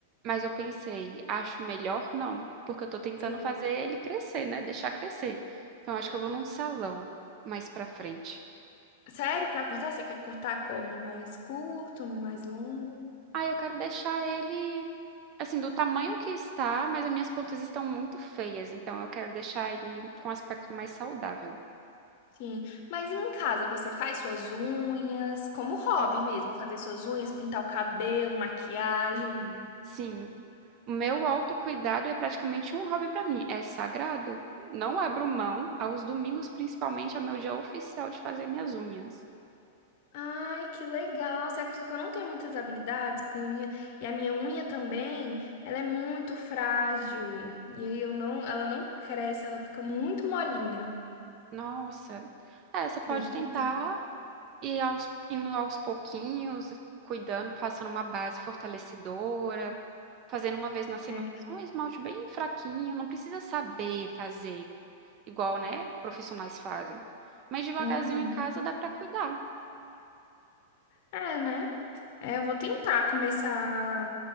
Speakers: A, on the right; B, on the left.
A: Mas eu pensei, acho melhor não, porque eu tô tentando
B: Sim.
A: fazer ele crescer, né? Deixar crescer. Então acho que eu vou num salão mais pra frente.
B: Sério, pra cortar? Você quer cortar como? Mais curto, mais longo?
A: Ah, eu quero deixar ele assim, do tamanho que está, mas as minhas pontas estão muito feias, então eu quero deixar ele com um aspecto mais saudável.
B: Sim, mas em casa você faz suas unhas, como hobby
A: Nossa,
B: mesmo, fazer suas unhas, pintar o cabelo, maquiagem.
A: sim. Sim, o meu autocuidado é praticamente um hobby para mim, é sagrado. Não abro mão, aos domingos principalmente, é o meu dia oficial de fazer minhas unhas.
B: Ai, que legal! Você acredita que eu não tenho muitas habilidades com unha? E a minha unha também, ela é muito frágil. E aí eu não, ela não cresce, ela fica muito molinha.
A: Nossa, é, você pode
B: Acredita?
A: tentar ir aos, indo aos pouquinhos, cuidando, passando uma base fortalecedora, fazendo uma vez na semana,
B: É.
A: só um esmalte bem fraquinho, não precisa saber fazer. igual, né, profissionais fazem. Mas devagarzinho
B: Uhum.
A: em casa dá para cuidar.
B: É, né? É, eu vou tentar começar